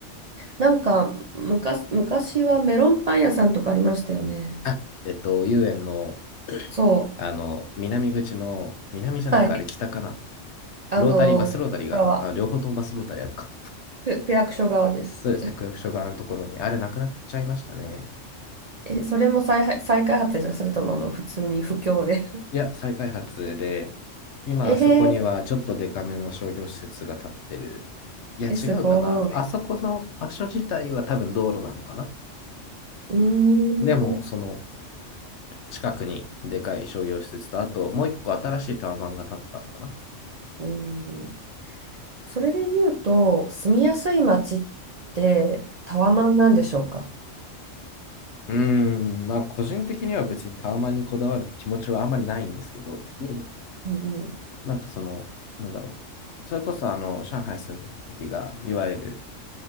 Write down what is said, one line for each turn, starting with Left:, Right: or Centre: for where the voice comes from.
Right: なんか、昔、昔はメロンパン屋さんとかありましたよね。
Left: あ、えっと、遊園の、
Right: そう。
Left: あの、南口の、南じゃないか、
Right: はい。
Left: あれ北かな。
Right: あの、
Left: ロータリー、バスロータリーが、
Right: 区側、
Left: あ両方ともバスロータリーあるか。
Right: 区区役所側です。
Left: そうですね、区役所側のところに。あれ、なくなっちゃいましたね。
Right: え、それも再発、再開発ですかそれとも、あの、普通に不況で。
Left: いや、再開発で、今、
Right: <laughs> えー、
Left: あそこにはちょっとデカめの商業施設が建ってる。いや、
Right: え、
Left: 違うかな。
Right: すごい。
Left: あそこの場所自体は多分道路なのかな。
Right: うーん。
Left: でも、
Right: う
Left: その近くにでかい商業施設と、あともう一個新しいタワマンが建ったのかな。
Right: ーんそれで言うと、住みやすい街ってタワマンなんでしょうか
Left: うーん、まあ、個人的には別にタワマンにこだわる気持ちはあまりないんですけど、うん
Right: うん
Left: なんかその、なんだろう。それこそ、あの、上海住んでる時が、いわゆる